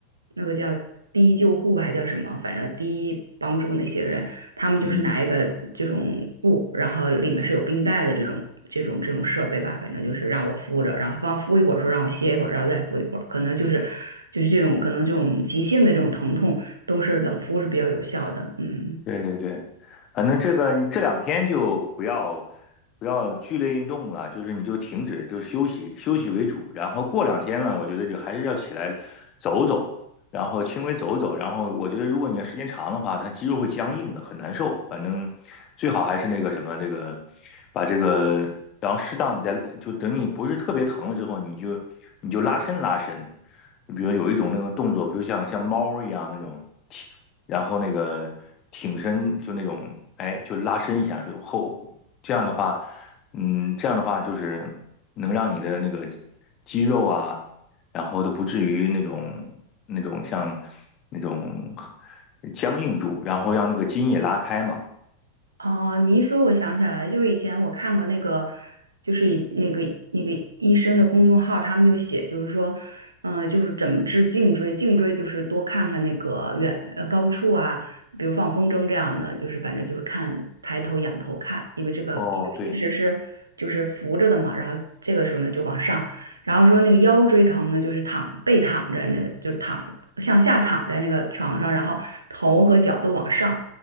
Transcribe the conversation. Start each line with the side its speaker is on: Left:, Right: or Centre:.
Right: 那个叫第一救护吧，还叫什么，反正第一帮助那些人，他们就是拿一个这种布，
Left: 嗯，
Right: 然后里面是有冰袋的这种这种这种设备吧，反正就是让我敷着，然后放敷一会儿，说让我歇一会儿，然后再敷一会儿，可能就是就是这种可能这种急性的这种疼痛都是冷敷是比较有效的，嗯。
Left: 对对对，反正这个你这两天就不要不要剧烈运动了，就是你就停止，就休息休息为主。然后过两天呢，我觉得就还是要起来走走，然后轻微走走。然后我觉得如果你要时间长的话，它肌肉会僵硬的，很难受。反正最好还是那个什么那个把这个，然后适当你再就等你不是特别疼了之后，你就你就拉伸拉伸。比如有一种那种动作，比如像像猫一样那种踢然后那个挺身就那种，哎，就拉伸一下，就后，这样的话，嗯，这样的话就是能让你的那个肌肉啊，然后都不至于那种那种像那种僵硬住，然后让那个筋也拉开嘛。
Right: 哦，你一说，我想起来了，就是以前我看过那个，就是以那个那个医生的公众号，他们就写，就是说，呃，就是怎么治颈椎，颈椎就是多看看那个远呃高处啊，比如放风筝这样的，就是反正就是看抬头仰头看，因为这个因为平时是就是扶着的嘛，
Left: 哦，对，
Right: 然后这个时候呢就往上，然后说那个腰椎疼呢，就是躺背躺着那个，就是躺向下躺在那个床上，然后头和脚都往上。